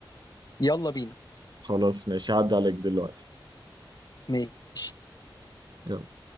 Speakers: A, on the left; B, on the right.
A: يلا بينا
B: خلاص ماشي هعدي عليك دلوقتي
A: ماشي
B: يلا.